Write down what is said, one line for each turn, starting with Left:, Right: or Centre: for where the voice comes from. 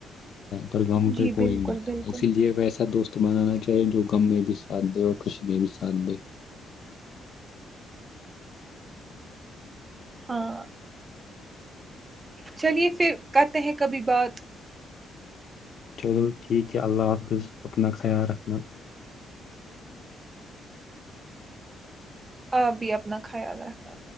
Left: پر گم
Right: جی
Left: پہ کوئی
Right: بالکل
Left: نہیں
Right: بالکل
Left: آتا اسی لیے ایسا دوست تو بنانا چاہیے جو کم میں بھی سادے اور خشی بھی ساد تندی
Right: ہاں چلیے پھر کرتے ہیں کبھی بات
Left: چلو ٹھیک ہے اللہ حافظ اپنا خیال رکھنا
Right: آپ بھی اپنا خیال رکھنا